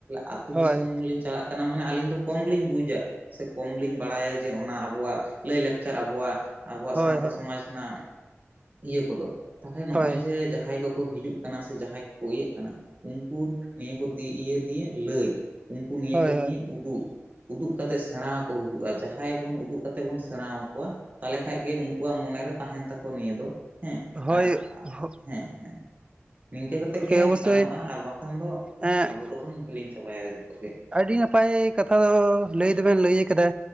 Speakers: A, on the right (about 40°); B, on the right (about 20°).
A: ᱟᱛᱩ
B: ᱦᱳᱭ ᱦᱳᱭ
A: ᱫᱤᱥᱚᱢ ᱞᱤᱧ ᱪᱟᱞᱟᱜ ᱠᱟᱱᱟ ᱢᱟᱱᱮ ᱟᱞᱤᱧ ᱫᱚ ᱠᱚᱢ ᱞᱤᱧ ᱵᱩ ᱡᱟ ᱥᱮ ᱠᱚᱢ ᱞᱤᱧ ᱵᱟᱲᱟᱭᱟ ᱡᱮ ᱚᱱᱟ ᱟᱵᱚᱣᱟᱜ ᱞᱟᱭᱞᱟᱠᱪᱟᱨ ᱟᱵᱚᱣᱟᱜ ᱟᱵᱚᱣᱟᱜ
B: ᱦᱳᱭ
A: ᱥᱟᱹᱶᱛᱟ
B: ᱦᱳᱭ
A: ᱥᱚᱢᱟᱡᱽ ᱚᱱᱟ-ᱤᱭᱟᱹ ᱠᱚᱫᱚ ᱛᱟᱦᱚᱞᱮ ᱱᱚᱸᱜᱼᱚᱭ
B: ᱦᱳᱭ
A: ᱡᱮ ᱡᱟᱦᱟᱸᱭ ᱠᱚᱠᱚ ᱦᱤᱡᱩᱜ ᱠᱟᱱᱟ ᱥᱮ ᱡᱟᱦᱟᱸᱭ ᱠᱚ ᱤᱭᱟᱹᱜ ᱠᱟᱱᱟ ᱩᱝᱠᱩ ᱱᱤᱭᱟᱹ ᱠᱚ ᱫᱤ ᱤᱭᱟᱹ ᱫᱤᱭᱮ ᱞᱟᱹᱭ ᱩᱝᱠᱩ ᱱᱤᱭᱟᱹ
B: ᱦᱳᱭ
A: ᱠᱚ ᱱᱤᱭᱮ ᱩᱫᱩᱜ ᱩᱫᱩᱜ ᱠᱟᱛᱮ ᱥᱮᱬᱟ ᱟᱠᱚ ᱦᱩᱭᱩᱜᱼᱟ ᱡᱟᱦᱟᱸᱭ ᱵᱚᱱ ᱩᱫᱩᱜ ᱠᱟᱛᱮ ᱵᱚᱱ ᱥᱮᱬᱟᱣ ᱠᱚᱣᱟ, ᱛᱟᱦᱞᱮ ᱠᱷᱟᱡ ᱜᱮ ᱱᱩᱠᱩᱣᱟᱜ ᱢᱚᱱᱮᱨᱮ ᱛᱟᱦᱮᱸᱱ ᱛᱟᱠᱚ ᱱᱤᱭᱟᱹ ᱫᱚ᱾ ᱦᱮᱸ
B: ᱦᱳᱭ
A: ᱟᱨ
B: ᱦᱳᱜ
A: ᱦᱮᱸ ᱦᱮᱸ᱾ ᱱᱤᱝᱠᱟᱹ ᱠᱟᱛᱮᱜ ᱜᱮ
B: ᱚᱵᱚᱥᱥᱳᱭ
A: ᱜᱟᱱᱚᱜᱼᱟ ᱟᱨ ᱵᱟᱝᱠᱷᱟᱱ ᱫᱚ
B: ᱮᱸ
A: ᱟᱵᱚ ᱫᱚᱵᱚᱱ ᱦᱤᱲᱤᱧ ᱪᱟᱵᱟᱭᱟ ᱡᱷᱚᱛᱚ ᱜᱮ᱾
B: ᱟᱹᱰᱤ ᱱᱟᱯᱟᱭ ᱠᱟᱛᱷᱟ ᱫᱚ ᱞᱟᱹᱭ ᱫᱚᱵᱚᱱ ᱞᱟᱹᱭ ᱠᱟᱫᱟ